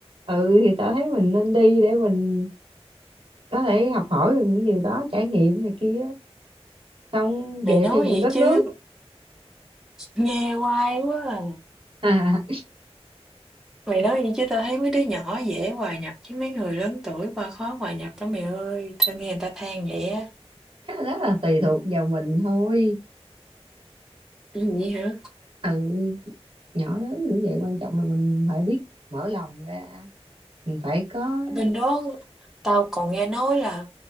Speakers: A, on the right; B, in the centre.
A: ừ thì tao thấy mình nên đi để mình có thể học hỏi được những điều đó trải nghiệm này kia xong
B: Mày
A: về
B: nói
A: xây dựng
B: gì
A: đất
B: chứ
A: nước
B: nghe hoài quá à.
A: <laughs> à,
B: Mày nói gì chứ tao thấy mấy đứa nhỏ dễ hòa nhập chứ mấy người lớn tuổi qua khó hòa nhập lắm mày ơi. Tao nghe người ta than vậy á.
A: cái đó là tùy thuộc vào mình thôi
B: cái gì hả?
A: ừ nhỏ lớn cũng vậy quan trọng là mình phải biết mở lòng ra mình phải có
B: Ở bên đó tao còn nghe nói là